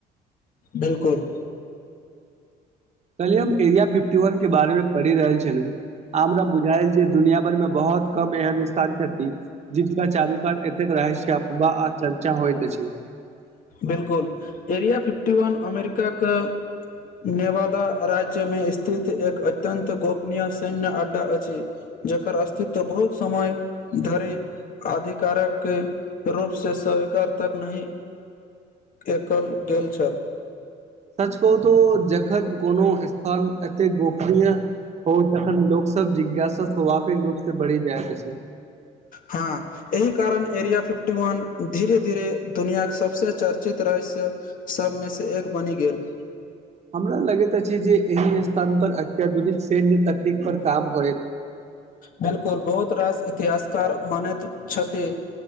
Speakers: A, on the left (about 55°); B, on the right (about 40°).
A: बिल्कुल
B: कहले हम एरिया फिफ्टी वन के बारे मे पढ़ि रहल छलु हमरा बुझायल जे दुनिया भर मे बहुत कम एहन स्थान छथि जिनका चारु कात एतेक रहस्य बा आ चर्चा होइत अछि
A: बिल्कुल एरिया फिफ्टी वन अमेरिकाे नेवादा राज्य मे स्थित एक अत्यन्त गोपनीय सैन्य अड्डा अछि जकर अस्तित्व बहुत समय धरे आधिकारक के रूप से सरकार तक नहि एकल गेल छल
B: सच कहू तो जखन कोनो स्थान एते गोपनीय हो तखन लोक सब सब जिज्ञासा स्वभाविक रूप से बढ़ी जायत अछि
A: हँ एहि कारण एरिया फिफ्टी वन धीरे-धीरे दुनियाके सबसे चर्चित रहस्य सबमे सॅं एक बनि गेल।
B: हमरा लगैत अछि जे एहि स्थान पर अत्याधुनिक सैन्य तकनीक पर काम होय।
A: बिल्कुल बहुत रास इतिहासकार मानैत छथि,